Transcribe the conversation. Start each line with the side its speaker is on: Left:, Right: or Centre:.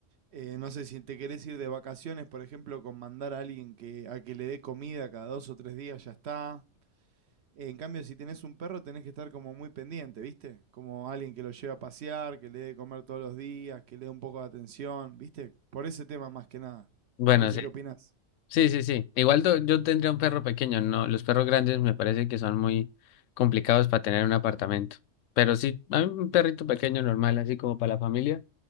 Right: eh, no sé, si te querés ir de vacaciones, por ejemplo, con mandar a alguien que, a que le dé comida cada dos o tres días, ya está. En cambio, si tenés un perro, tenés que estar como muy pendiente, ¿viste? Como alguien que lo lleve a pasear, que le dé de comer todos los días, que le dé un poco de atención, ¿viste? Por ese tema más que nada.
Left: Bueno,
Right: No sé
Left: sí.
Right: qué opinás.
Left: Sí, sí, sí. Igual do- yo tendría un perro pequeño, no. Los perros grandes me parece que son muy complicados para tener en un apartamento. Pero sí, a mí un perrito pequeño normal, así como para la familia,